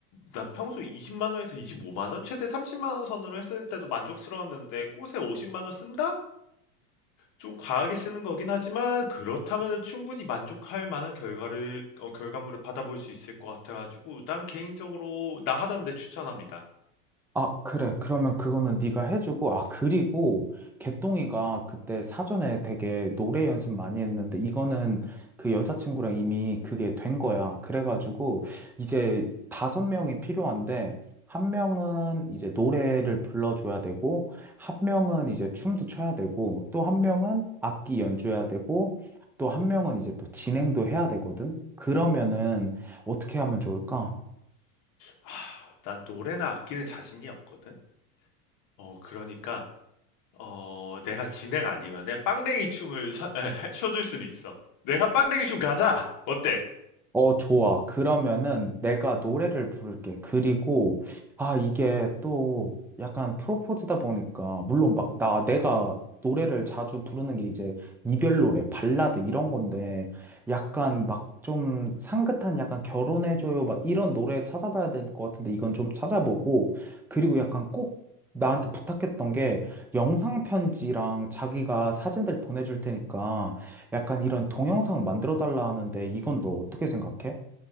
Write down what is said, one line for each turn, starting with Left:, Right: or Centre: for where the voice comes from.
Left: 나 평소 20만 원에서 25만 원, 최대 30만 원 선으로 했을 때도 만족스러웠는데 꽃에 50만 원 쓴다? 좀 과하게 쓰는 거긴 하지만 그렇다면 충분히 만족할 만한 결과를, 어, 결과물을 받아볼 수 있을 것 같아가지고 난 개인적으로 나 하던데 추천합니다.
Centre: 아, 그래. 그러면 그거는 네가 해주고, 아, 그리고 개똥이가 그때 사전에 되게 노래 연습 많이 했는데, 이거는 그 여자친구랑 이미 그게 된 거야. 그래가지고, 이제 다섯 명이 필요한데, 한 명은 이제 노래를 불러줘야 되고, 한 명은 이제 춤도 춰야 되고, 또 한 명은 악기 연주해야 되고, 또 한 명은 이제 또 진행도 해야 되거든? 그러면은 어떻게 하면 좋을까?
Left: 하, 난 노래나 악기는 자신이 없거든. 어, 그러니까 어, 내가 진행 아니면은 빵댕이 춤을 서- 에, 춰줄 수는 있어. 내가 빵댕이 춤 가자. 어때?
Centre: 어, 좋아. 그러면은 내가 노래를 부를게. 그리고, 아, 이게 또 약간 프로포즈다 보니까, 물론 막 나, 내가 노래를 자주 부르는 게 이제 이별 노래, 발라드 이런 건데, 약간 막 좀 상긋한 약간 결혼해줘요. 막 이런 노래 찾아봐야 될 것 같은데, 이건 좀 찾아보고, 그리고 약간 꼭 나한테 부탁했던 게 영상 편지랑 자기가 사진들 보내줄 테니까, 약간 이런 동영상 만들어 달라 하는데 이건 너 어떻게 생각해?